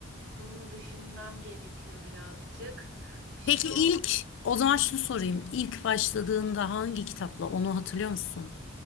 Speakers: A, on the right; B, on the left.
A: bunu düşünmem gerekiyor birazcık. Şu
B: Peki ilk o zaman şunu sorayım. İlk başladığında hangi kitapla onu hatırlıyor musun?